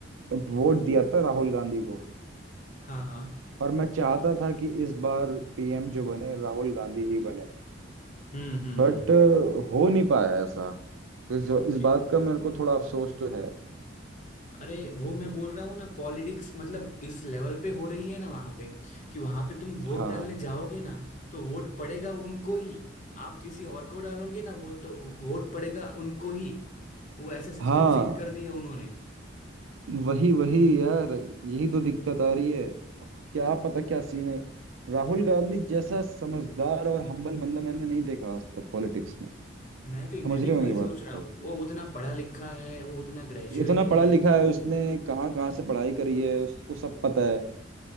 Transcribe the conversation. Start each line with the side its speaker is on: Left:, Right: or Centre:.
Right: वोट दिया था राहुल गांधी को
Left: हाँ हाँ
Right: और मैं चाहता था कि इस बार पीएम जो बने राहुल गांधी ही बने
Left: हम्म हम्म
Right: बट
Left: हम्म
Right: हो नहीं पाया ऐसा इस, इस
Left: कि
Right: बात का मेरे को थोड़ा अफसोस तो है
Left: अरे वो मैं बोल रहा हूँ ना पॉलिटिक्स मतलब इस लेवल पे हो रही है ना वहां पे कि वहां पे तुम वोट
Right: हाँ
Left: डालने जाओगे ना तो वोट पड़ेगा उनको ही आप किसी और को डालोगे ना वो तो वोट पड़ेगा उनको ही वो ऐसा सिस्टम
Right: हाँ
Left: फिट कर दिया उन्होंने
Right: वही वही यार यही तो दिक्कत आ रही है अब क्या पता क्या सीन है राहुल गांधी जैसा समझदार और हम्बल बंदा मैंने नहीं देखा आज तक पॉलिटिक्स में
Left: मैं
Right: समझ
Left: भी मैं भी
Right: रहे
Left: वही
Right: हो मेरी बात
Left: सोच रहा
Right: को
Left: हूँ वो उतना पढ़ा लिखा है वो उतना ग्रेजुएट
Right: इतना
Left: है
Right: पढ़ा लिखा है उसने कहाँ कहाँ से पढ़ाई करी है उसको सब पता है